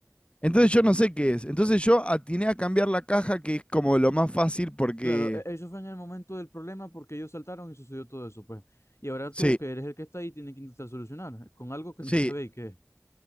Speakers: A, on the left; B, on the left.
A: Entonces yo no sé qué es. Entonces yo atiné a cambiar la caja, que es como lo más fácil porque...
B: Claro, e- eso fue en el momento del problema porque ellos saltaron y sucedió todo eso, pues. Y ahora tú,
A: Sí,
B: que eres el que está ahí, tienes que intentar solucionar eh, con algo que
A: sí,
B: no sabéis qué es.